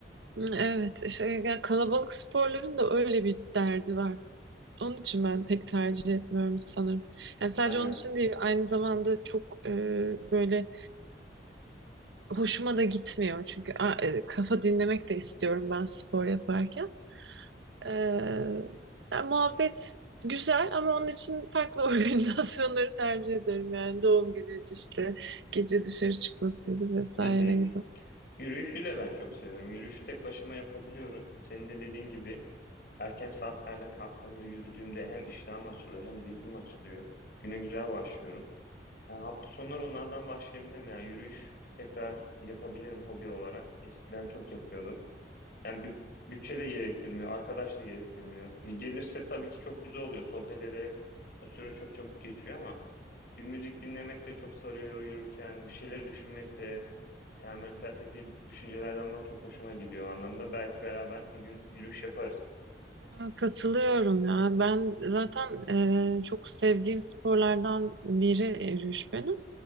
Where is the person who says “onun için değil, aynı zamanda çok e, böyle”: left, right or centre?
Right